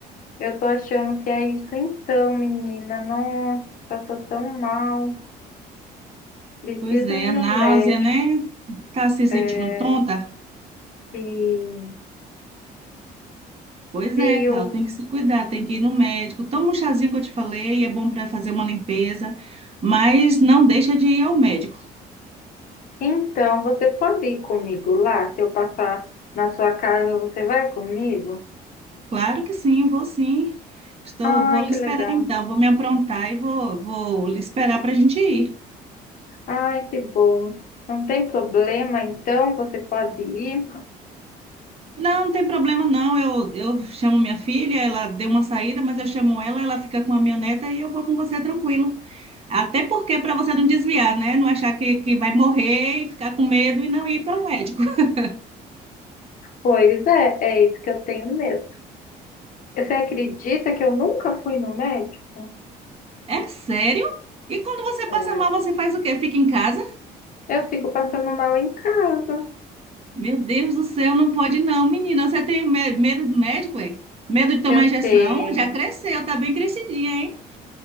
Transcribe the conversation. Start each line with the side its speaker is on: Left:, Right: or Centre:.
Left: eu tô achando que é isso então, menina. Nossa, tô tão mal. Preciso
Right: Pois é,
Left: ir
Right: a náusea,
Left: no médico.
Right: né? Tá se sentindo
Left: É,
Right: tonta?
Left: sim.
Right: Pois
Left: Viu?
Right: é, Cal, tem que se cuidar, tem que ir no médico. Toma um chazinho que eu te falei, é bom para fazer uma limpeza, mas não deixa de ir ao médico.
Left: Então, você pode ir comigo lá? Se eu passar na sua casa, você vai comigo?
Right: Claro que sim, vou sim. Estou,
Left: Ai,
Right: vou lhe
Left: que
Right: esperar
Left: legal.
Right: então, vou me aprontar e vou, vou lhe esperar para a gente ir.
Left: Ai, que bom. Não tem problema, então você pode ir?
Right: Não, não tem problema não. Eu, eu chamo minha filha, ela deu uma saída, mas eu chamo ela, ela fica com a minha neta e eu vou com você tranquilo. Até porque para você não desviar, né? Não achar que, que vai morrer e ficar com medo e não ir para o médico. <laughs>
Left: Pois é, é isso que eu tenho medo. Você acredita que eu nunca fui no médico?
Right: É sério? E quando você
Left: É,
Right: passa mal, você faz o quê? Fica em casa?
Left: eu fico passando mal em casa.
Right: Meu Deus do céu, não pode não, menina. Você tem me- medo de médico, é? Medo de tomar
Left: Eu
Right: injeção?
Left: tenho.
Right: Já cresceu, tá bem crescidinha, hein?